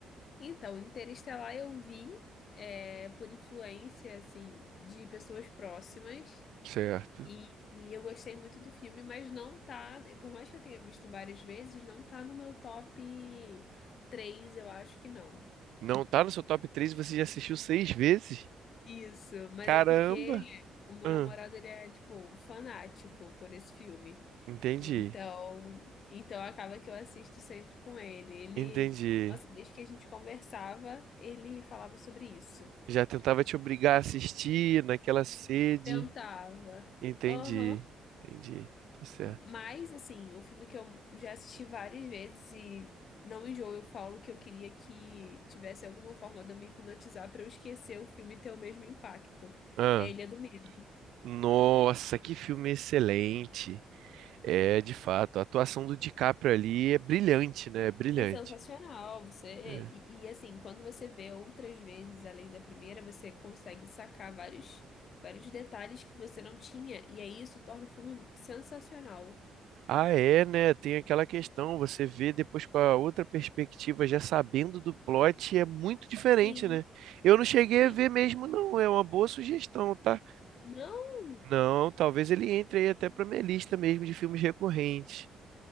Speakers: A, on the left; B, on the right.
A: Então, Interestelar eu vi é, por influência, assim, de pessoas próximas.
B: Certo.
A: E, e eu gostei muito do filme, mas não tá, por mais que eu tenha visto várias vezes, não tá no meu top 3 eu acho que não.
B: Não tá no seu top 3? e você já assistiu seis vezes?
A: Isso, mas
B: Caramba!
A: é porque o meu
B: Ah,
A: namorado, ele é, tipo, um fanático por esse filme.
B: entendi,
A: Então, então acaba que eu assisto sempre com ele. Ele,
B: entendi.
A: nossa, desde que a gente conversava, ele falava sobre isso.
B: Já tentava te obrigar a assistir naquela sede.
A: Tentava.
B: Entendi,
A: Aham.
B: entendi, tá certo.
A: Mas, assim, o filme que eu já assisti várias vezes e não enjoo, eu falo que eu queria que tivesse alguma forma de eu me hipnotizar pra eu esquecer o filme e ter o mesmo impacto.
B: Ah,
A: É Ilha do Medo.
B: nossa, que filme excelente. É, de fato, a atuação do DiCaprio ali é brilhante, né? É brilhante.
A: É sensacional, você...
B: É.
A: E, e, assim, quando você vê outras vezes, além da primeira, você consegue sacar vários, vários detalhes que você não tinha, e aí isso torna o filme sensacional.
B: Ah, é, né? Tem aquela questão, você vê depois com a outra perspectiva, já sabendo do plot, é muito diferente,
A: Sim,
B: né? Eu não cheguei
A: sim.
B: a ver mesmo, não. É uma boa sugestão, tá?
A: Não!
B: Não, talvez ele entre aí até pra minha lista mesmo de filmes recorrentes.